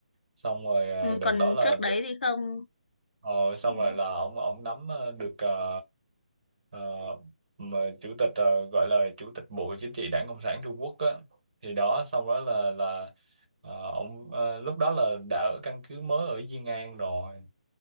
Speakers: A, on the right; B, on the left.
A: xong rồi ờ,
B: Ừ,
A: đợt
B: còn
A: đó là
B: trước
A: được
B: đấy thì không
A: ờ, xong
B: ừ.
A: rồi là ông ông nắm ờ, được ờ, ờ, mà chủ tịch ờ, gọi là chủ tịch Bộ Chính trị Đảng Cộng sản Trung Quốc á thì đó xong đó là là ờ, ông ờ, lúc đó là đã ở căn cứ mới ở Diên An rồi